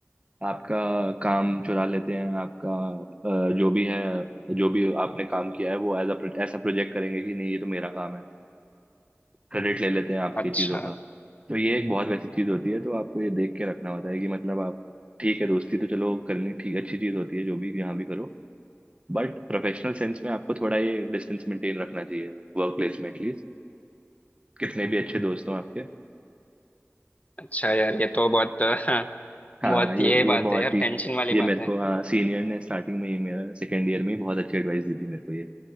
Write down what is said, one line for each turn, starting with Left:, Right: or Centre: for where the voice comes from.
Right: आपका काम चुरा लेते हैं आपका अ, जो भी है जो भी आपने काम किया है वो एज अ ऐसा प्रोजेक्ट करेंगे कि नहीं ये तो मेरा काम है क्रेडिट ले लेते हैं आपकी
Left: अच्छा
Right: चीज़ों का तो ये एक बहुत वैसी चीज़ होती है तो आपको ये देख के रखना होता है कि मतलब आप ठीक है दोस्ती तो चलो करनी ठीक अच्छी चीज़ होती है जो भी यहाँ भी करो बट प्रोफेशनल सेंस में आपको थोड़ा ये डिस्टेंस मेंटेन रखना चाहिए वर्क प्लेस में एटलीस्ट कितने भी अच्छे दोस्त हों आपके
Left: अच्छा यार ये तो बहुत <laughs> बहुत
Right: हाँ ये
Left: ये बात
Right: ये बहुत
Left: है यार
Right: ही
Left: टेंशन वाली
Right: ये
Left: बात
Right: मेरे
Left: है
Right: को हाँ सीनियर ने स्टार्टिंग में ही मेरा सेकेंड ईयर में ही बहुत अच्छी एडवाइस दी थी मेरे को ये